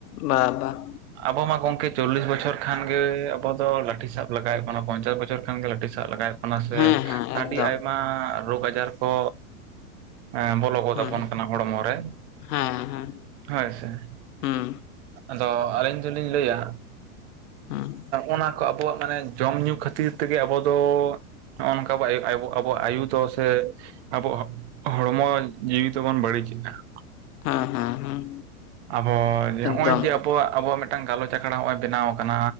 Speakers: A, on the left; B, on the right.
A: ᱵᱟ ᱵᱟ ᱾
B: ᱟᱵᱚ ᱢᱟ ᱜᱚᱝᱠᱮ ᱪᱚᱞᱞᱤᱥ ᱵᱚ ᱵᱚᱪᱷᱚᱨ ᱠᱷᱟᱱ ᱜᱮ ᱟᱵᱚ ᱫᱚ ᱞᱟᱴᱷᱤ ᱥᱟᱵ ᱞᱟᱜᱟᱭᱮᱫ ᱵᱚᱱᱟ ᱯᱚᱧᱪᱟᱥ ᱵᱚᱪᱷᱚᱨ ᱠᱷᱟᱱ ᱜᱮ ᱞᱟᱴᱷᱤ ᱥᱟᱵ ᱞᱟᱜᱟᱭᱮᱫ ᱵᱚᱱᱟ᱾ ᱚᱱᱟ ᱥᱮ
A: ᱦᱮᱸ ᱦᱮᱸ ᱮᱠᱫᱚᱢ
B: ᱟᱹᱰᱤ ᱟᱭᱢᱟ ᱨᱳᱜᱽ ᱟᱡᱟᱨ ᱠᱚ ᱮᱸ ᱵᱚᱞᱚ ᱜᱚᱫ
A: ᱦᱩᱸ
B: ᱟᱵᱚᱱ ᱠᱟᱱᱟ ᱦᱚᱲᱢᱚ ᱨᱮ
A: ᱦᱮᱸ ᱦᱮᱸ
B: ᱦᱳᱭ ᱥᱮ ᱾
A: ᱦᱩᱸ
B: ᱟᱫᱚ ᱟᱹᱞᱤᱧ ᱫᱚᱞᱤᱧ ᱞᱟᱹᱭᱟ
A: <unintelligible>
B: ᱚᱱᱟ ᱠᱚ ᱟᱵᱚᱣᱟᱜ ᱢᱟᱱᱮ ᱡᱚᱢ ᱧᱩ ᱠᱷᱟᱹᱛᱤᱨ ᱛᱮᱜᱮ ᱟᱵᱚ ᱫᱚ ᱱᱚᱜ ᱱᱚᱝᱠᱟ ᱟᱵᱚᱣᱟᱜ ᱟᱵᱚᱣᱟᱜ ᱟᱭᱩ ᱛᱚ ᱥᱮ ᱟᱵᱚ ᱦᱚᱲᱢᱚ ᱡᱤᱣᱤ ᱛᱮᱵᱚᱱ ᱵᱟᱹᱲᱤᱡᱮᱟ ᱾
A: ᱦᱮᱸ ᱦᱮᱸ ᱦᱮᱸ᱾
B: ᱟᱵᱚ ᱡᱮ ᱱᱚ-ᱚᱭ
A: ᱮᱠᱫᱚᱢ
B: ᱡᱮ ᱟᱵᱚᱣᱟᱜ ᱟᱵᱚᱣᱟᱜ ᱢᱤᱫᱴᱟᱝ ᱜᱟᱞᱚᱪ ᱟᱠᱷᱲᱟ ᱱᱚ-ᱚᱭ ᱵᱮᱱᱟᱣ ᱠᱟᱱᱟ